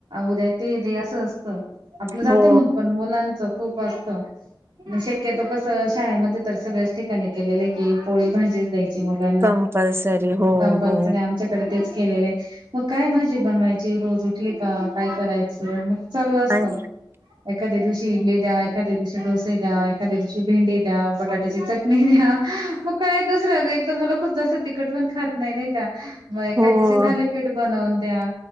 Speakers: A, on the right; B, on the right.
A: उद्या ते दे, असं असतं. आपलं जात
B: हो
A: होउन पण, मुलांच खूप असतं, शक्यतो कस- शाळेमध्ये तर सगळ्याच ठिकाणी केलेले की, पोळी, भाजीच द्यायची. चे मुलांना,
B: कंपल्सरी हो
A: कंपनीचं
B: हो
A: आणि आमचं- त्याच्याकडे तेच केलेलं आहे, मग काय भाजी बनवायची, रोज उठली का काय करायचं, मग- चालू असतो.
B: आणि
A: एखाद्या दिवशी इडली द्या, एखाद्या दिवशी डोसे द्या, एखाद्या दिवशी- भेंडी द्या, बटाट्याची चटणी द्या, मग काय - खूप <unintelligible> मुलं खूप जास्त मग एखाद दिवशी तिखट पण नाही खात नाही का, एखाद
B: हो
A: दिवशी थाली- पीठ बनवून द्या.